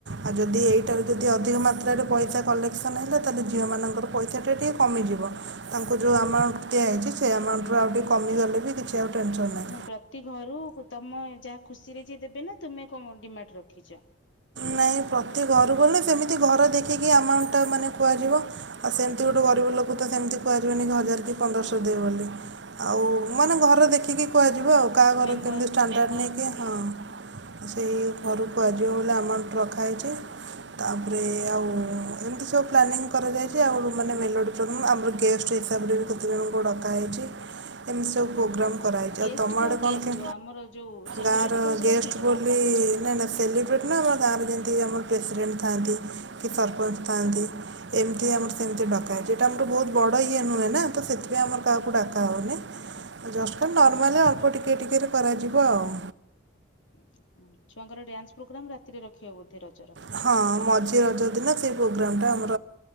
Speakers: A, on the right; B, on the left.
A: ଆଉ ଯଦି ଏଇଟାରୁ ଯଦି ଅଧିକ ମାତ୍ରାରେ ପଇସା କଲେକ୍ସନ୍ ହେଲା ତାହେଲେ ଝିଅମାନଙ୍କର ପଇସାଟେ ଟିକିଏ କମିଯିବ। ତାଙ୍କୁ ଯେଉଁ ଆମାଉଣ୍ଟ ଦିଆଯାଇଚି ସେଇ ଆମାଉଣ୍ଟ
B: ହୁଁ
A: ର ଆଉ ଟିକେ କମି ଗଲେ ବି କିଛି ଆଉ ଟେନସନ୍ ନାହିଁ
B: ପ୍ରତି ଘରୁ ତମ ଯାହା ଖୁସିରେ ଯିଏ ଦେବେ ନା ତୁମେ କଣ ଡିମାଣ୍ଡ୍ ରଖିଛ?
A: ନାଇ ପ୍ରତି ଘରୁ ବଲେ ସେମିତି ଘର ଦେଖିକି ଆମାଉଣ୍ଟ୍ ଟା ମାନେ କୁହାଯିବ ଆଉ ସେ ଗୋଟେ ଗରିବ
B: ହଁ
A: ଲୋକ ତ ସେମିତି <unintelligible> ହଜାରେ ଆ ପନ୍ଦରଶ
B: ହଁ
A: ଦିଅ
B: ହଁ
A: ବୋଲି। ଆଉ ମାନେ ଘର ଦେଖିକି କୁହା କାହା ଘରୁ
B: ମେମ୍ବର
A: କେମିତି ଷ୍ଟାଣ୍ଡାଡ୍ ନେଇକି ହଁ। ସେଇ ଘରକୁ ଆଯିବ ବଲେ ଆମା ରଖାହେଇଛି ତାପରେ ଆଉ ଏମିତି ସବୁ ପ୍ଲାନିଂ କରାଯାଇଛି ଆଉ ମାନେ ମେଲୋଡ଼ି ପ୍ରୋଗ୍ରାମ୍ ଆମର ଗେଷ୍ଟ ହିସାବରେ ବି କେତେଜଣଙ୍କୁ ଡକାହୋଇଛି ଏମିତି ସବୁ ପୋଗ୍ରାମ କରାହେଇଛି
B: ଗେଷ୍ଟ
A: ଆଉ ତମ
B: କାହାକୁ
A: ଆଡେ କଣ
B: ଡାକିବ
A: କେ
B: ଆମର ଯୋଉ ସେଲିବ୍ରିଟି
A: ଗାଁର
B: କାହାକୁ
A: ଗେଷ୍ଟ
B: ଡାକୁଛ?
A: ବୋଲି ନା ନା ସେଲିବ୍ରେଟ ନା ମା ଗାଁ ର ଯେମିତି ଆମର ପ୍ରେସିଡେଣ୍ଟ ଥାଆନ୍ତି କି ସରପଞ୍ଚ ଥାଆନ୍ତି ଏମିତି ଆମର ସେମିତି ଡକାଏ ଯେଇଟା ଆମର ବହୁତ ବଡ଼ ଇଏ ନୁହେଁ ନା ତ ସେଥିପାଇଁ ଆମର କାହାକୁ ଡାକା ହୁଏନି ଜଷ୍ଟ କା ନର୍ମାଲି ଅଳ୍ପ ଟିକଏ ଟିକଏରେ କରାଯିବ ଆଉ।
B: ହୁଁ ଛୁଆଙ୍କର ଡ୍ୟାନ୍ସ୍ ପ୍ରୋଗ୍ରାମ ରାତିରେ ରଖିବ ବୋଧେ ରଜର‌?
A: ହଁ ମଝି ରଜ ଦିନ ସେଇ ପ୍ରୋଗ୍ରାମ ଟା ହୁ